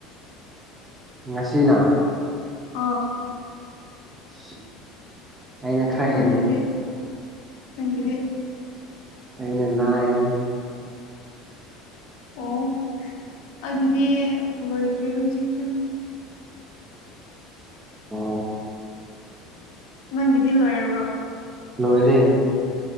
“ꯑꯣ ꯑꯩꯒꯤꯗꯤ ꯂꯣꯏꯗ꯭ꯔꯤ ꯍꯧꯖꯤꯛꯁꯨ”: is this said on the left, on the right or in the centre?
Left